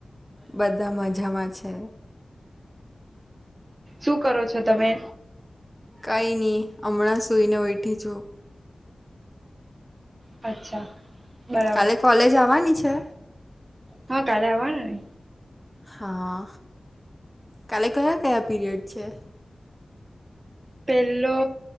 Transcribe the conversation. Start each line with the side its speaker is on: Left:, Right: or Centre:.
Centre: બધા મજામાં છે.
Right: શું કરો છો તમે?
Centre: કાંઈ નહીં, હમણાં સૂઈને ઉઇઠી છું.
Right: અચ્છા. બરાબર
Centre: કાલે કોલેજ આવવાની છે?
Right: હા કાલે આવવાનું ને.
Centre: હા. કાલે કયા-કયા પીરિયડ છે?
Right: પેલો